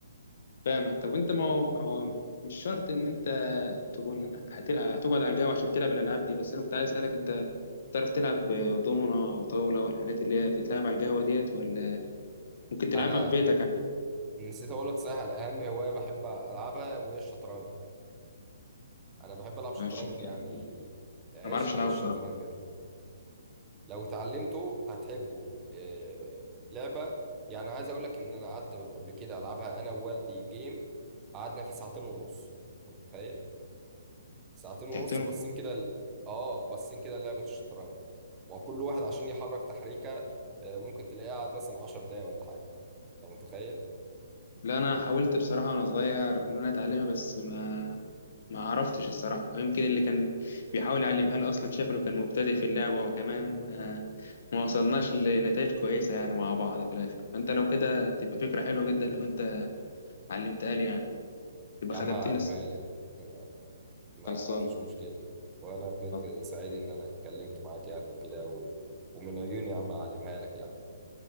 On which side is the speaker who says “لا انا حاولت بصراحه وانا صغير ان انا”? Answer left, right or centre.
Left